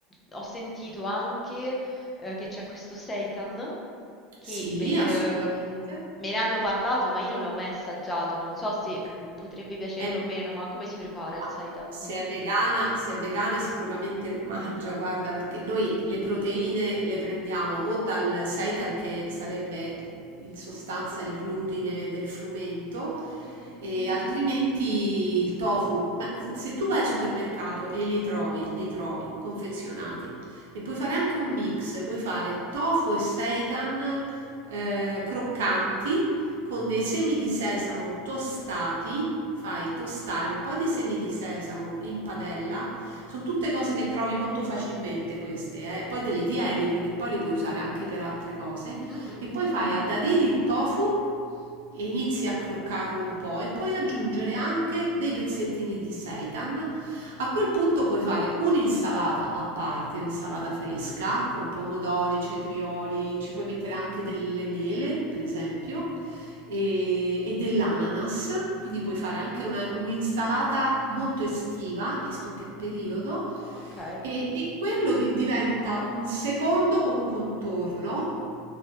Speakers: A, on the left (about 20°); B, on the right (about 75°).
A: ho sentito anche eh, che c'è questo seitan che
B: sì,
A: beh,
B: assolutamente.
A: ehm, me ne hanno parlato, ma io non l'ho mai assaggiato. Non so se
B: Ok.
A: potrebbe piacerlo
B: È
A: o meno, ma come si prepara il
B: Ma
A: seitan?
B: se è vegana, se è vegana sicuramente lo mangia, guarda, perché noi le proteine le prendiamo o dal seitan, che sarebbe in sostanza il glutine del frumento,
A: Mhm,
B: e Mhm. altrimenti il tofu. Ma se tu vai al supermercato e li trovi, li trovi confezionati, e puoi fare anche un mix, puoi fare tofu e seitan eh, croccanti con dei semi di sesamo tostati, fai tostare un po' di semi di sesamo in padella, sono tutte cose che trovi molto facilmente queste, eh. poi te le tieni perché poi le puoi usare anche per altre cose
A: mhm,
B: e poi fai a dadini il tofu e inizi a croccarlo un po' e puoi aggiungere anche dei pezzettini di seitan. A quel punto puoi fare un'insalata a parte, un'insalata fresca con pomodori, cetrioli, ci puoi mettere anche delle mele, per esempio, e, e dell'ananas, quindi puoi fare anche una- un'insalata molto estiva, visto che è periodo,
A: ok.
B: e, e quello di- diventa un secondo con contorno